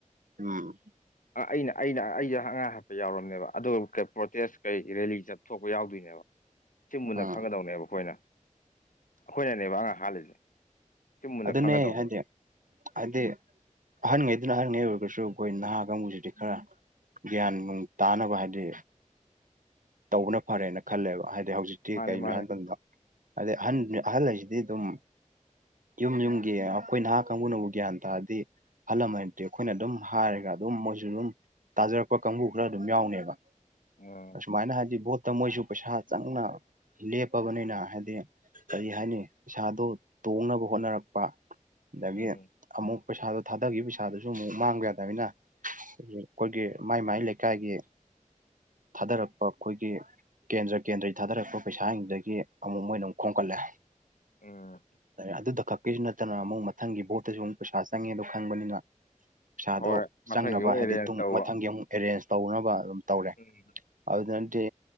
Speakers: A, on the right; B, on the left.
A: ꯎꯝ
B: ꯑꯥ ꯑꯩꯅ ꯑꯩꯅ ꯑꯩꯖꯦ ꯑꯉꯥꯡ ꯍꯥꯞꯄ ꯌꯥꯎꯔꯝꯅꯦꯕ ꯑꯗꯨ ꯄ꯭ꯔꯣꯇꯦꯁ ꯀꯩ ꯔꯦꯂꯤ ꯆꯠꯊꯣꯛꯄ ꯌꯥꯎꯗꯣꯏꯅꯦ ꯁꯤ ꯃꯨꯟꯅ
A: ꯎꯝ
B: ꯈꯪꯒꯗꯧꯅꯦꯕ ꯑꯈꯣꯏꯅ ꯑꯈꯣꯏꯅꯅꯦꯕ ꯑꯉꯥꯡ ꯍꯥꯠꯂꯤꯁꯦ ꯁꯤ ꯃꯨꯟꯅ
A: ꯑꯗꯨꯅꯦ
B: ꯈꯪꯒꯗꯧꯅꯦꯕ
A: ꯍꯥꯏꯗꯤ ꯍꯥꯏꯗꯤ ꯑꯍꯟꯉꯩꯗꯨꯅ ꯑꯍꯟꯉꯩ ꯑꯣꯏꯒꯔꯁꯨ ꯑꯈꯣꯏ ꯅꯍꯥ ꯀꯥꯡꯒꯨꯁꯤꯗꯤ ꯈꯔ ꯒ꯭ꯌꯥꯟ ꯅꯨꯡ ꯇꯥꯅꯕ ꯍꯥꯏꯗꯤ ꯇꯧꯕꯅ ꯐꯔꯦꯅ ꯈꯜꯂꯦꯕ ꯍꯥꯏꯗꯤ ꯍꯧꯖꯤꯛꯇꯤ
B: ꯃꯥꯅꯦ
A: ꯀꯒꯤꯅꯣ
B: ꯃꯥꯅꯦ
A: ꯍꯥꯏ ꯃꯇꯝꯗ ꯑꯗꯩ ꯑꯍꯟ ꯑꯍꯜ ꯍꯥꯏꯁꯤꯗꯤ ꯑꯗꯨꯝ ꯌꯨꯝ ꯌꯨꯝꯒꯤ ꯑꯈꯣꯏ ꯅꯍꯥꯛ ꯀꯥꯡꯕꯨꯅꯕꯨ ꯒ꯭ꯌꯥꯟ ꯇꯥꯔꯗꯤ ꯑꯍꯟ ꯂꯃꯟ ꯗꯤ ꯑꯈꯣꯏꯅ ꯑꯗꯨꯝ ꯍꯥꯏꯔꯒ ꯑꯗꯨꯝ ꯃꯣꯏꯁꯨ ꯑꯗꯨꯝ ꯇꯥꯖꯔꯛꯄ ꯀꯥꯡꯕꯨ ꯈꯔ ꯑꯗꯨꯝ ꯌꯥꯎꯅꯦꯕ
B: ꯎꯝ
A: ꯁꯨꯃꯥꯏꯅ ꯍꯥꯏꯗꯤ ꯚꯣꯠꯇ ꯃꯣꯏꯁꯨ ꯄꯩꯁꯥ ꯆꯪꯅ ꯂꯦꯞꯄꯕꯅꯤꯅ ꯍꯥꯏꯗꯤ ꯀꯔꯤ ꯍꯥꯏꯅꯤ ꯄꯩꯁꯥꯗꯣ ꯇꯣꯡꯅꯕ ꯍꯣꯠꯅꯔꯛꯄ ꯑꯗꯒꯤ
B: ꯎꯝ
A: ꯑꯃꯨꯛ ꯄꯩꯁꯥꯗꯣ ꯊꯥꯗꯒꯤꯕ ꯄꯩꯁꯥꯗꯨꯁꯨ ꯑꯃꯨꯛ ꯃꯥꯡꯕ ꯌꯥꯗꯕꯅꯤꯅ ꯈꯣꯏꯒꯤ ꯃꯥꯏ ꯃꯥꯏ ꯂꯩꯀꯥꯏꯒꯤ ꯊꯥꯗꯔꯛ ꯒꯤ ꯀꯦꯟꯗ꯭ꯔ ꯀꯦꯟꯗ꯭ꯔꯒꯤ ꯊꯥꯗꯔꯛꯄ ꯄꯩꯁꯥꯁꯤꯡꯗꯒꯤ ꯑꯃꯨꯛ ꯃꯣꯏꯅ ꯑꯃꯨꯛ ꯈꯣꯝꯀꯠꯂꯦ
B: ꯎꯝ
A: ꯑꯗꯨꯗ ꯈꯛꯀꯤꯁꯨ ꯅꯠꯇꯅ ꯑꯃꯨꯛ ꯃꯊꯪꯒꯤ ꯕꯣꯠꯇꯁꯨ ꯑꯃꯨꯛ ꯄꯩꯁꯥ ꯆꯪꯉꯦꯗꯣ ꯈꯪꯕꯅꯤꯅ ꯄꯩꯁꯥꯗꯣ
B: ꯍꯣꯏ ꯃꯊꯪꯒꯤ
A: ꯆꯪꯅꯕ
B: ꯑꯃꯨꯛ ꯑꯦꯔꯦꯟꯖ
A: ꯍꯥꯏꯗꯤ ꯇꯨꯡ
B: ꯇꯧꯕ
A: ꯃꯊꯪꯒꯤ ꯑꯃꯨꯛ ꯑꯦꯔꯦꯟꯖ ꯇꯧꯅꯕ ꯑꯗꯨꯝ ꯇꯧꯔꯦ
B: <unintelligible>
A: ꯑꯗꯨꯗꯨꯅꯗꯤ